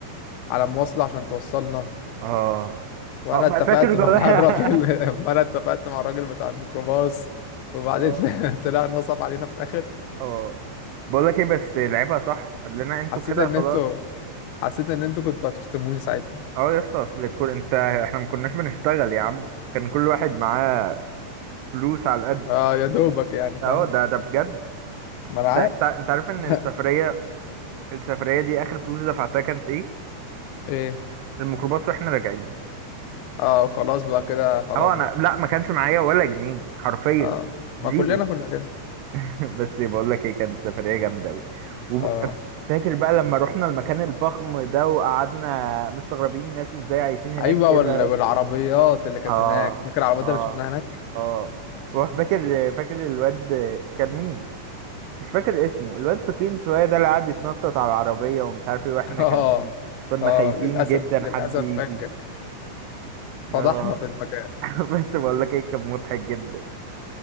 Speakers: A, on the left; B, on the right.
A: على مواصله عشان توصلنا
B: اه
A: وانا
B: اه
A: اتفقت
B: ما فاكر جر-
A: مع
B: <laughs>
A: الراجل <laughs> وانا اتفقت مع الراجل بتاع الميكروباص وبعدين
B: اه
A: <laughs> طلع نصب علينا في الاخر
B: اه بقول لك ايه بس لعبها صح قال لنا انتوا
A: حسيت
B: كده
A: ان
B: خلاص
A: انتوا حسيت ان انتوا كنتوا هتشتموني ساعتها
B: اه يا اسطى اصل الكل انت احنا ما كناش بنشتغل يا عم كان كل واحد معاه فلوس على قد
A: اه يا دوبك يعني فاهم
B: اهو ده ده بجد
A: ما انا
B: ده
A: عارف
B: انت انت عارف ان
A: <laughs>
B: السفريه السفريه دي اخر فلوس دفعتها كانت ايه
A: ايه
B: الميكروباص واحنا راجعين
A: اه خلاص بقى كده خلاص
B: اهو انا
A: بقى
B: لا ما كانش معايا ولا جنيه حرفيا
A: اه ما
B: زيرو
A: كلنا كنا كده
B: <laughs> بس بقول لك ايه كانت سفريه جامده قوي وفاكر
A: اه
B: بقى لما رحنا المكان الفخم ده وقعدنا مستغربين الناس ازاي عايشين هناك
A: ايوه
B: كده
A: وال... والعربيات اللي كانت
B: اه
A: هناك فاكر العربيات
B: اه
A: اللي شفناها هناك
B: اه وفاكر فاكر الواد كان مين مش فاكر اسمه الواد تخين شوية ده اللي قعد يتنطط على العربية ومش عارف ايه واحنا
A: <laughs> اه
B: كان كنا
A: اه
B: خايفين
A: للاسف
B: جدا
A: للاسف
B: حد يجي
A: فاكر
B: اه
A: فضحنا في المكان
B: <laughs> بس بقول لك ايه كان مضحك جدا